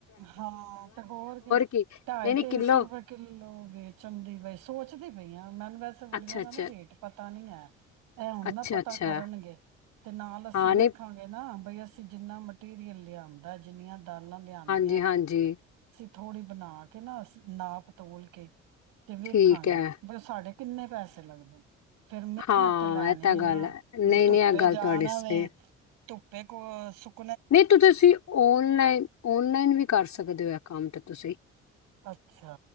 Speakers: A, on the right; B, on the left.
A: ਹਾਂ ਤੇ ਹੋਰ ਕੇ,
B: ਕੀ ਨਹੀਂ
A: ਢਾਈ-ਤਿੰਨ
B: ਨਹੀਂ ਕਿਲੋ
A: ਸੌ ਰੁਪਏ ਕਿੱਲੋ ਵੇਚਣ ਦੀ ਬਸ ਸੋਚਦੀ ਪਈ ਆ ਮੈਨੂੰ ਵੈਸੇ ਬੜੀਆਂ
B: ਅੱਛਾ
A: ਦਾ
B: ਅੱਛਾ
A: ਨਾ ਰੇਟ ਪਤਾ ਨੀ ਐ, ਇਹ ਹੁਣ
B: ਅੱਛਾ-ਅੱਛਾ,
A: ਨਾ ਪਤਾ ਕਰਨਗੇ। ਤੇ ਨਾਲ ਅਸੀਂ
B: ਹਾਂ
A: ਵੇਖਾਗੇ
B: ਨਹੀਂ
A: ਨਾ। ਬਈ ਅਸੀਂ ਜਿੰਨਾ ਮਟੀਰੀਅਲ ਲਿਆਦਾਂ ਜਿੰਨੀਆਂ ਦਾਲਾਂ ਲਿਆਂਦ
B: ਜੀ ਹਾਂਜੀ।
A: ਥੋੜ੍ਹੀ ਬਣਾ ਕੇ ਨਾ ਸ ਨਾਪ-ਤੋਲ ਕੇ। ਤੇ ਵੇਖਾਗੇ,
B: ਠੀਕ ਹੈ।
A: ਬੀ ਸਾਡੇ ਕਿੰਨੇ ਪੈਸੇ ਲੱਗਦੇ ਨੇ? ਫੇਰ ਮਿਹਨਤ
B: ਹਾਂ,
A: ਤੇ ਲੈਣੀ
B: ਇਹ ਤਾਂ
A: ਏ
B: ਗੱਲ
A: ਨਾ
B: ਹੈ, ਨਹੀਂ-ਨਹੀਂ
A: ਜੇ ਧੁੱਪੇ
B: ਇਹ ਗੱਲ
A: ਜਾਣਾ
B: ਤੁਹਾਡੀ ਸਹੀ
A: ਵੇ। ਧੁੱਪੇ, ਕੋਲੋ ਸੁਕ
B: ਨਹੀਂ ਤੂੰ ਤੁਸੀਂ ਔਨਲਾਈਨ ਔਨਲਾਈਨ ਵੀ। ਕਰ ਸਕਦੇ ਹੋ ਇਹ ਕੰਮ ਤੇ ਤੁਸੀਂ।
A: ਅੱਛਾ